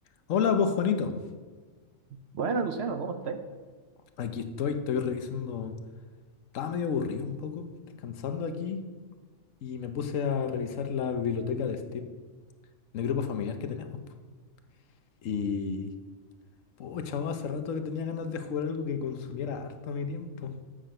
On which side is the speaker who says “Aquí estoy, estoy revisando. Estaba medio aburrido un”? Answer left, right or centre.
Left